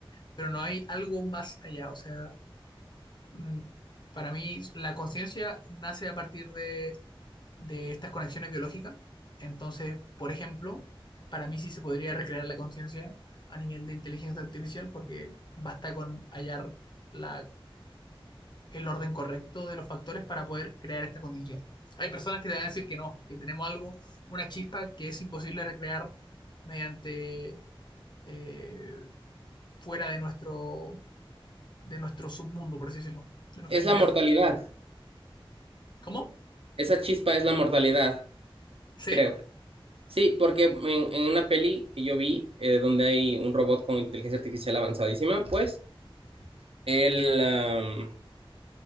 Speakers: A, on the left; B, on the right.
A: pero no hay algo más allá. O sea, mm, para mí la conciencia nace a partir de, de estas conexiones biológicas. Entonces, por ejemplo, para mí sí se podría recrear la conciencia a nivel de inteligencia artificial porque basta con hallar la el orden correcto de los factores para poder crear esta conciencia. Hay personas que te van a decir que no, que tenemos algo, una chispa que es imposible recrear mediante eh, fuera de nuestro, de nuestro submundo, por así decirlo, de nuestro
B: Es
A: interior.
B: la mortalidad.
A: ¿Cómo?
B: Esa chispa es la mortalidad,
A: ¿Sí?
B: creo. Sí, porque en, en una peli que yo vi, eh, donde hay un robot con inteligencia artificial avanzadísima, pues, él, am,